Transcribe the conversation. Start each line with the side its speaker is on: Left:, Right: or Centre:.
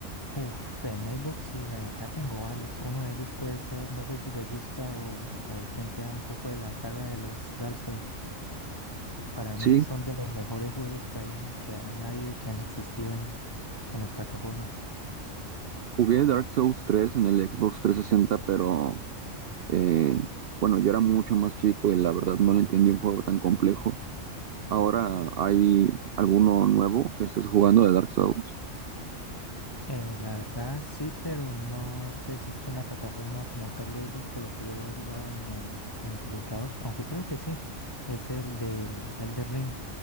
Left: Uf, en Xbox sí, la verdad tengo varios. Uno de ellos puede ser, no sé si le gusta o, o está entera un poco de la saga de los Dark Souls. Para
Right: Sí,
Left: mí son de los mejores juegos que hay en, que han habido y que han existido en, en las plataformas.
Right: jugué Dark Souls 3 en el Xbox 360, pero eh, bueno, yo era mucho más chico y la verdad no le entendí un juego tan complejo. Ahora hay alguno nuevo que estés jugando de Dark Souls.
Left: Eh, la verdad sí, pero no sé si está en la plataforma como tal de Xbox, por lo que yo lo he jugado en el, en el computador, aunque creo que sí. Es el del el de Ring.